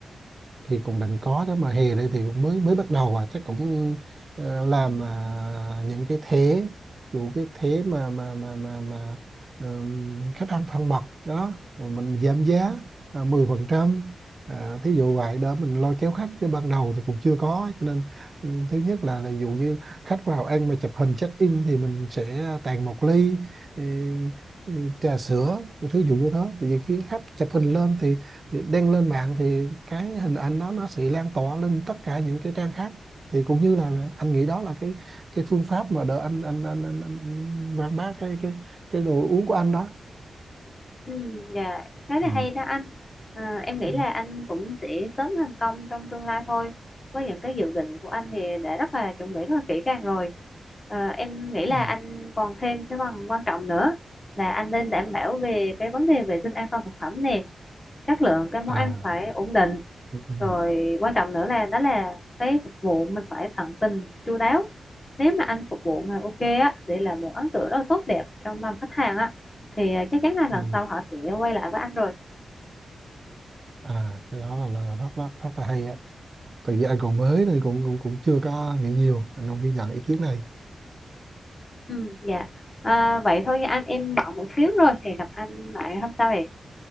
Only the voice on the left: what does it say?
Ừ, dạ khá là
hay đó anh à, em nghĩ
là anh cũng sẽ sớm thành công trong tương lai thôi với những cái dự định của anh thì đã rất là chuẩn bị rất là kỹ càng rồi à, em nghĩ là
anh còn thêm cái phần quan trọng nữa là anh nên đảm bảo về cái vấn đề vệ sinh an toàn thực phẩm nè chất lượng cái món
ăn phải ổn định
rồi quan trọng nữa là đó là cái phục vụ mình phải tận tình chu đáo nếu mà anh phục vụ mà ok á để là một ấn tượng rất là tốt đẹp trong lòng khách hàng á thì à, chắc chắn là lần
sau họ sẽ quay lại với anh rồi
ừ dạ à, vậy thôi nha anh em bận một xíu rồi thì gặp anh lại hôm sau hẹn